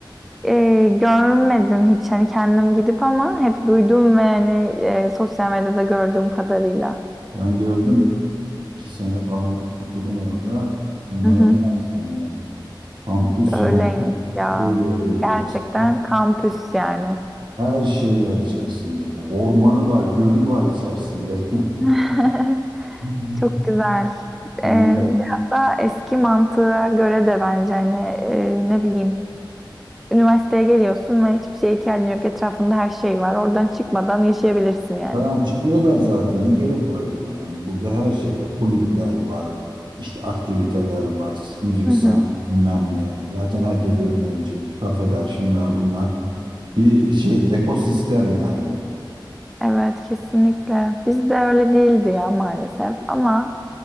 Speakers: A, in the centre; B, on the right.
A: e, görmedim hiç hani kendim gidip ama hep duydum ve hani e, sosyal medyada gördüğüm kadarıyla.
B: Ben gördüm iki sene falan okudum orada. İnanılmaz
A: Hı hı,
B: yani. Kampüs
A: öyleymiş
B: yani
A: ya.
B: böyle olur
A: Gerçekten
B: dersin.
A: kampüs yani.
B: Her şey var içerisinde. Ya. Ormanı var, gölü var içerisinde.
A: <laughs>
B: <laughs>
A: Çok güzel.
B: Yani
A: E, biraz daha eski mantığa göre de bence hani e, ne bileyim üniversiteye geliyorsun ve hiçbir şeye ihtiyacın yok. Etrafında her şey var. Oradan çıkmadan yaşayabilirsin yani.
B: falan çıkmıyorlar zaten. Ne gerek vardı yani? Burada her şey var. Kulüpler var. işte aktiviteler var. Müzik,
A: Hı
B: sanat,
A: hı.
B: bilmem ne. Zaten herkes öğrenci. Kafeler, şunlar bunlar. Bir şey, ekosistem yani.
A: Evet kesinlikle. Bizde öyle değildi ya maalesef ama